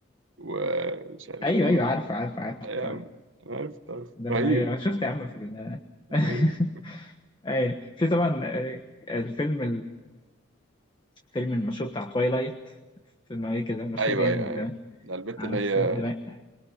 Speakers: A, on the right; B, on the left.
A: ومش عارف
B: ايوه
A: في
B: ايوه عارف عارف عارف
A: يا
B: عارف
A: عم أنا عرفت عرفت
B: دم
A: رهيب
B: ايوه شفت يا عم في ال <laughs>
A: رهيب
B: ايوه في طبعا آه، الفيلم فيلم المشهور بتاع توايلايت فيلم أمريكي كده مشهور
A: أيوه
B: يعني
A: أيوه
B: من
A: أيوه
B: زمان
A: ده البت
B: على
A: اللي
B: السيد
A: هي
B: دماء